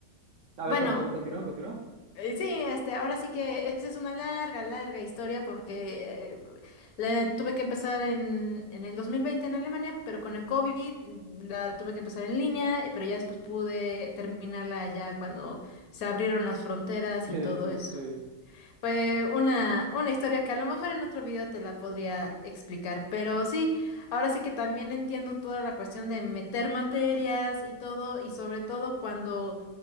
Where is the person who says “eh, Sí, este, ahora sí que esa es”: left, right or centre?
Left